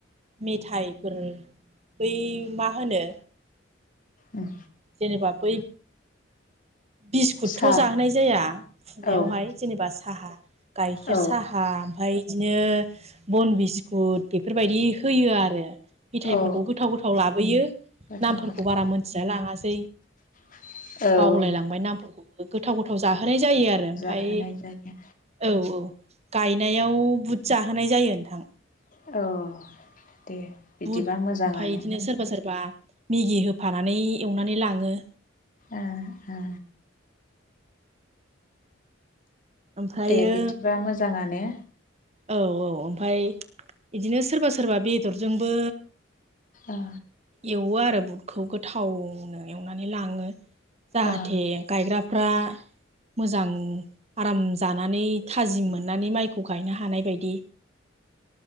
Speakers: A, on the right; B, on the left.
A: मेथायाइफोर बै मा होनो
B: उम
A: जेनेबा बै बिस्कुटथ'
B: सा
A: जाहोनाय जाया फुनायावहाय
B: औ
A: जेनेबा साहा गाइखेर
B: औ
A: साहा ओमफाय इदिनो बन बि स्कुट बेफोरबायदि होयो आरो मिथाइफोरखौ
B: औ
A: गोथाव गोथाव लाबोयो।
B: गोथाव
A: नामफोरखौ
B: गोथाव
A: बारा मोनथिया लाङासै।
B: औ
A: बावलायलांबाय नामफोरखौबो गोथाव गोथाव जाहोनाय जायो आरो ओमफाय
B: जाहोनाय जायो
A: औ औ गायनायाव बुद जाहोनाय जायो नोंथां।
B: औ दे बिदिबा
A: बुट
B: मोजाङानो
A: ओमफाय इदिनो सोरबा सोरबा मेगि होफानानै एवनानै लाङो
B: ओ ओ
A: ओमफ्रायो
B: दे बिदिबा मोजाङानो
A: औ औ ओमफाय इदिनो सोरबा सोरबा बेदरजोंबो
B: ओ
A: एवो आरो बुटखौ गोथावनो एयावनानै लाङो। जाहाथे
B: ओ
A: गायग्रा फ्रा मोजां आराम जानानै थाजिम मोननानै माइखौ गायनो हानाय बायदि